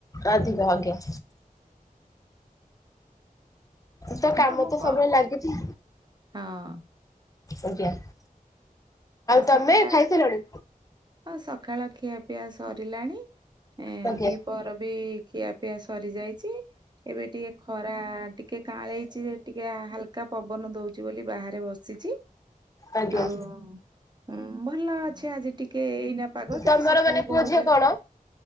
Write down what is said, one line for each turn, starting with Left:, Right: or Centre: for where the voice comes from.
Left: ଅଧିକ ଆଜ୍ଞା। ତ କାମ
Right: ତମକୁ
Left: ତ
Right: କଣ
Left: ସବୁବେଳେ ଲାଗିଛି।
Right: ହଁ।
Left: ଆଜ୍ଞା।
Right: ଆଉ ସକାଳେ
Left: ତମେ
Right: ଆ
Left: ଖାଇସାରିଲଣି?
Right: ହଁ ସକାଳ ଖିଆ ପିଆ ସରିଲାଣି। ଏଁ
Left: ଆଜ୍ଞା
Right: ଦି ପହର ବି ଖିଆ ପିଆ ସରି ଯାଇଛି। ଏବେ ଟିକେ ଖରା ଟିକେ କାଁଳେଇଛି ଯେ ଟିକେ ହାଲକା ପବନ ଦଉଚି ବୋଲି ବାହାରେ ବସି ସିଚି
Left: ଆଜ୍ଞା
Right: ଆଉ ହୁଁ ଭଲ ଅଛି ଆଜି ଟିକେ ଏଇନା ପାଗ
Left: ତମର
Right: କିତୁ ସକାଳେ
Left: ମାନେ ପୁଅ
Right: ବହୁ
Left: ଝିଅ
Right: ଜୋରେ
Left: କଣ?